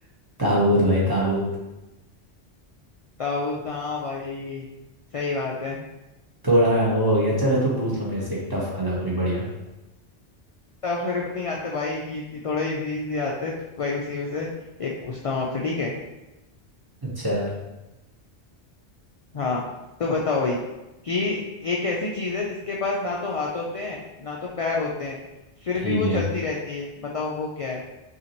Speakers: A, on the right (about 20°); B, on the left (about 65°).
A: ताबूत भाई ताबूत
B: ताबूत हाँ भाई सही बात है
A: थोड़ा वो हो गया चलो तुम पूछ लो मेरे से एक टफ वाला कोई बढ़िया
B: तब मेरे को नहीं आते भाई ही थोड़े इजी इजी आते हैं भाई उसी में से एक पूछता हूँ आपसे ठीक है
A: अच्छा
B: हाँ तो बताओ भाई कि एक ऐसी चीज है जिसके पास ना तो हाथ होते हैं ना तो पैर होते हैं फिर
A: ठीक
B: भी वो
A: है
B: चलती रहती है बताओ वो क्या है